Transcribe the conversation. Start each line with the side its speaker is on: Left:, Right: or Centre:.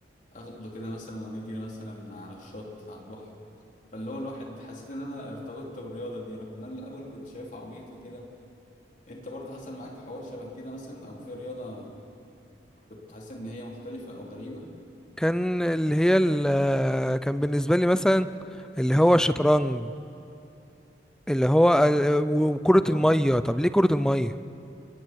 Left: اخده كده مثلا ونجري مثلا على الشط على البحر فاللي هو الواحد حسيت ان انا ارتبطت بالرياضة دي رغم ان انا الاول كنت شايفها عبيطة كده انت برضه حصل معاك حوار شبه كده مثلا او في رياضة كنت حاسس ان هي مختلفة او غريبة
Centre: كان اللي هي ال- كان بالنسبة لي مثلا اللي هو الشطرنج اللي هو ال- وكرة
Left: اه
Centre: المية طب ليه كرة المية